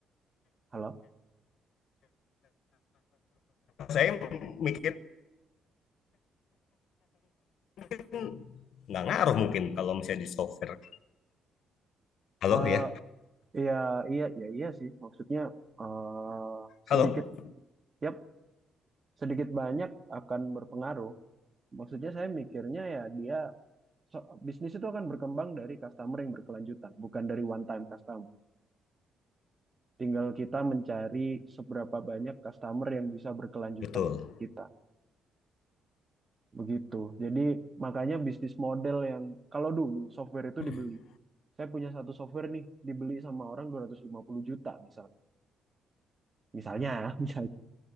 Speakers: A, on the right; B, on the left.
A: Halo.
B: saya mikir kan nggak ngaruh mungkin kalau misalnya di software. Halo
A: Eh
B: ya,
A: iya iya iya iya sih maksudnya eh
B: halo,
A: sedikit yap sedikit banyak akan berpengaruh. Maksudnya saya mikirnya ya dia so- bisnis itu akan berkembang dari customer yang berkelanjutan, bukan dari one time customer. Tinggal kita mencari seberapa banyak customer yang bisa berkelanjutan
B: betul.
A: dengan kita. Begitu. Jadi makanya bisnis model yang kalau dulu software itu
B: mm
A: dibeli. Saya punya satu software nih dibeli sama orang 250 juta misalnya. Misalnya, <laughs> misalnya